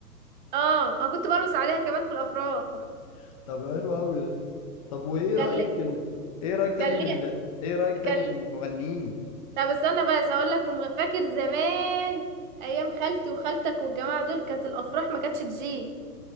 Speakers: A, on the right; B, on the left.
A: اه انا كنت برقص عليها كمان في الافراح
B: <laughs> طب حلو قوي ده طب وايه
A: كان
B: رايك
A: لي
B: ال... ايه رايك تاني
A: كان
B: من
A: لي
B: ال... ايه رايك تاني
A: كان لي
B: في المغنيين
A: طب استنى بس هقول لك من فاكر زمان ايام خالتي وخالتك والجماعة دول كانت الافراح ما كانتش تجي